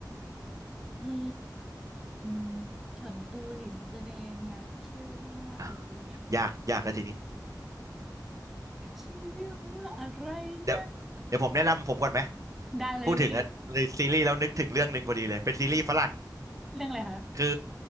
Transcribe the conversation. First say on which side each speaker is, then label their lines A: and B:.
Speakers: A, in the centre; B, on the right (about 45°).
A: อืมเฉินตูหลินแสดงอ่ะชื่อเรื่องว่าอะไรเนี่ย
B: อ่ะยากยากแล้วทีนี้
A: ชื่อเรื่องว่าอะไรนะ
B: เดี๋ยวเดี๋ยวผมแนะนำผมก่อนไหม
A: ได้เลยพี่
B: พูดถึงอะในซีรีส์แล้วนึกถึงเรื่องหนึ่งพอดีเลยเป็นซีรีส์ฝรั่ง
A: เรื่องอะไรคะ
B: คือ